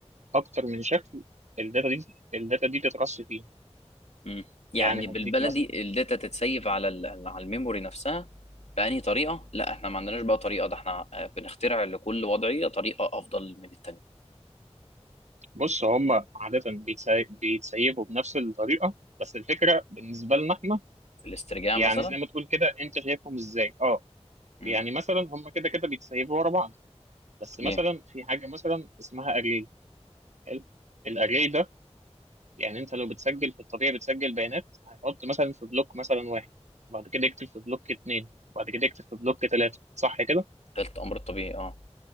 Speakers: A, on the right; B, on the left.
A: أكتر من شكل الداتا دي الداتا دي تترص فيها
B: مم. يعني
A: يعني
B: بالبلدي
A: هديك مثلا
B: الداتا تتسيف على ال- على الميموري نفسها بأنهي طريقه لا احنا ما عندناش بقى طريقه ده احنا آه، بنخترع لكل وضعيه طريقه افضل من التانيه
A: بص هم عادة بيتسي- بيتسيبوا بنفس الطريقة بس الفكرة بالنسبة لنا إحنا
B: في الاسترجاع
A: يعني
B: مثلا
A: زي ما تقول كده أنت شايفهم إزاي؟ أه
B: مم.
A: يعني مثلا هم كده كده بيتسيبوا ورا بعض بس
B: طبيعي
A: مثلا في حاجة مثلا اسمها أري حلو الاري ده يعني انت لو بتسجل في الطبيعي بتسجل بيانات هيحط مثلا في بلوك مثلا واحد بعد كده يكتب في بلوك اتنين بعد كده يكتب في بلوك تلاته صح كده
B: ده الامر الطبيعي اه